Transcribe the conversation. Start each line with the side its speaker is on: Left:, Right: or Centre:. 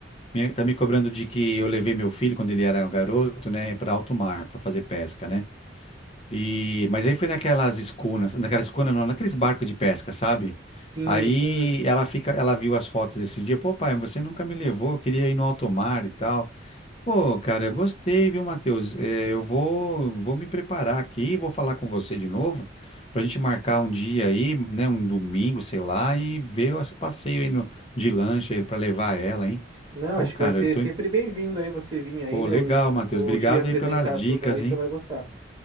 Left: Minha, tá me cobrando de que eu levei meu filho quando ele era um garoto, né, Pra alto mar, pra fazer pesca, né? E mas aí foi naquelas escunas, naquela escuna não, naqueles barcos de pesca, sabe?
Right: Sim,
Left: Aí
Right: sim.
Left: ela fica, ela viu as fotos esse dia, pô, pai, você nunca me levou, eu queria ir no alto mar e tal. Pô, cara, eu gostei, viu, Matheus? É, eu vou, vou me preparar aqui, vou falar com você de novo, pra gente marcar um dia aí, né, um domingo, sei lá, e ver esse passeio aí no, de lancha aí pra levar ela, hein?
Right: Não,
Left: Ô,
Right: acho
Left: cara,
Right: que vai ser
Left: eu tô.
Right: sempre
Left: em-
Right: bem-vindo aí você vir aí,
Left: Pô,
Right: né?
Left: legal,
Right: Eu eu
Left: Matheus.
Right: vou
Left: Obrigado
Right: te apresentar
Left: aí pelas dicas,
Right: tudo aí, você
Left: hein?
Right: vai gostar.